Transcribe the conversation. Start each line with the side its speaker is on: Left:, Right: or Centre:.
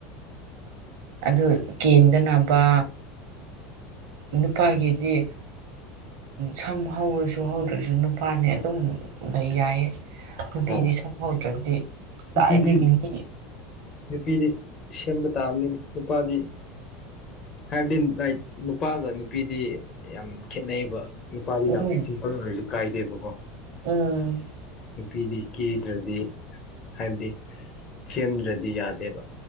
Right: ꯑꯗꯨ ꯀꯦꯟꯗꯅꯕ ꯅꯨꯄꯥꯒꯤꯗꯤ ꯁꯝ ꯍꯧꯔꯁꯨ ꯍꯧꯗ꯭ꯔꯁꯨ ꯅꯨꯄꯥꯅꯤ ꯑꯗꯨꯝ ꯂꯩ ꯌꯥꯏꯌꯦ ꯅꯨꯄꯤꯗꯤ
Left: ꯎꯝ
Right: ꯁꯝꯍꯧꯗ꯭ꯔꯗꯤ ꯇꯥꯏꯗꯨꯒꯤ
Left: ꯅꯨꯄꯤꯗꯤ
Right: ꯃꯤ
Left: ꯅꯨꯄꯤꯗꯤ ꯁꯦꯝꯕ ꯇꯥꯑꯕꯅꯤꯅ ꯅꯨꯄꯥꯗꯤ ꯍꯥꯏꯕꯗꯤ ꯔꯥꯏꯠ ꯅꯨꯄꯥꯒ ꯅꯨꯄꯤꯗꯤ ꯌꯥꯝ ꯈꯦꯠꯅꯩꯕ ꯅꯨꯄꯥꯗꯤ
Right: ꯎꯝ
Left: ꯌꯥꯝ ꯁꯤꯝꯄꯜ ꯑꯣꯏꯔꯁꯨ ꯀꯥꯏꯗꯦꯕ ꯑꯣ
Right: ꯎꯝ
Left: ꯅꯨꯄꯤꯗꯤ ꯀꯤꯗ꯭ꯔꯗꯤ ꯍꯥꯏꯕꯗꯤ ꯁꯦꯝꯗ꯭ꯔꯗꯤ ꯌꯥꯗꯦꯕ